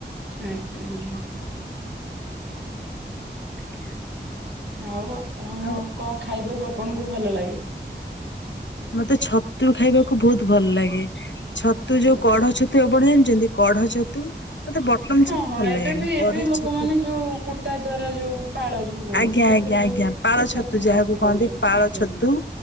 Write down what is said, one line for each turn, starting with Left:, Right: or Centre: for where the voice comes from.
Right: ଆଜ୍ଞା ଆଜ୍ଞା।
Left: ଆଜ୍ଞା
Right: ଆଉ ଆପଣଙ୍କୁ
Left: ଆଉ
Right: କଣ ଖାଇବାକୁ ଆପଣଙ୍କୁ ଭଲ ଲାଗେ?
Left: ମତେ ଛତୁ ଖାଇବାକୁ ବହୁତ ଭଲ ଲାଗେ ଛତୁ ଯୋଉ
Right: ଆଜ୍ଞା।
Left: କଢ ଛତୁ ଆ ଆପଣ ଜାଣିଚନ୍ତି କଢ ଛତୁ? ମତେ ବଟମ
Right: ହଁ
Left: ଛତୁ
Right: ହଁ
Left: ଭଲ
Right: ଏବେ
Left: ଲାଗେନି
Right: ବି ଏବେ
Left: କଢ
Right: ଲୋକମାନେ
Left: ଛତୁ
Right: ଯୋଉ କୁଟା ଦ୍ଵାରା ଯୋଉ ପାଳ ଯୋଉ କୁହନ୍ତି
Left: ଆଜ୍ଞା
Right: ସେଥିରେ
Left: ଆଜ୍ଞା
Right: ଯୋଉ
Left: ଆଜ୍ଞା। ପାଳ ଛତୁ ଯାହାକୁ
Right: ଚାଷ କରୁଛନ୍ତି
Left: କହନ୍ତି ପାଳ
Right: ଆଜ୍ଞା
Left: ଛତୁ